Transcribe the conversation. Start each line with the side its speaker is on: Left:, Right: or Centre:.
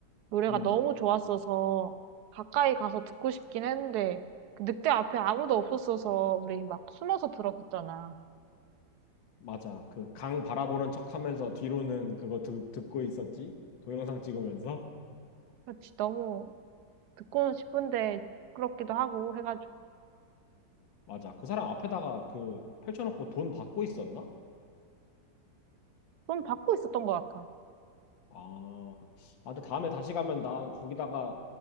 Right: 노래가
Left: 음.
Right: 너무 좋았어서 가까이 가서 듣고 싶긴 했는데 그 늑대 앞에 아무도 없었어서 우리 막 숨어서 들었었잖아.
Left: 맞아. 그 강 바라보는 척하면서 뒤로는 그거 듣, 듣고 있었지? 동영상 찍으면서?
Right: 그렇지 너무 듣고는 싶은데 부끄럽기도 하고 해가지고
Left: 맞아. 그 사람 앞에다가 그 펼쳐놓고 돈 받고 있었나?
Right: 좀 받고 있었던 것 같아.
Left: 아, 아 근데 다음에 다시 가면 난 거기다가